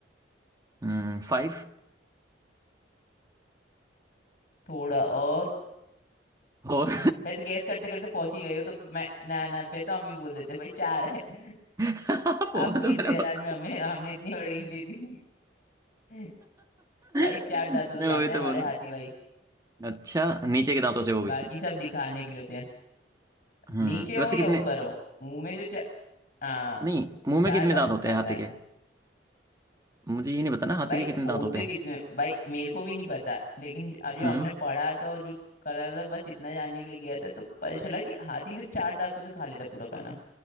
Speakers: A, on the right; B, on the left.
A: हम्म फाइव
B: थोड़ा और
A: फोर
B: वैसे गैस करते करते पहुंच ही गए हो तो मैं ना ना पे तो हम ही बोल देते भाई चार है
A: फोर
B: <laughs> आपके
A: <laughs> तो मैंने
B: इंतजार
A: बोला
B: में हमें हमने इतनी बड़ी हिंट दी <laughs> भाई
A: <laughs>
B: चार दांतों से
A: वे
B: खाते हैं
A: तो
B: हमारे
A: बोलो
B: हाथी भाई
A: अच्छा नीचे के दांतों से वो भी
B: बाकी सब दिखाने के लिए होते हैं
A: हम्म
B: नीचे हो
A: वैसे
B: या
A: कितने
B: ऊपर हो मुंह में जो चा, हाँ
A: नहीं मुंह में
B: चार
A: कितने
B: दांतों
A: दांत होते
B: से खाता
A: हैं हाथी
B: है
A: के मुझे ये नहीं पता ना हाथी
B: भाई
A: के कितने
B: होते
A: दांत होते हैं
B: कितने भाई मेरे को भी नहीं पता लेकिन ज- जो
A: हम्म
B: हमने पढ़ा था और जो करा था बस इतना जानने के लिए गया था तो पता चला कि हाथी सिर्फ चार दांतों से खा लेता है पूरा खाना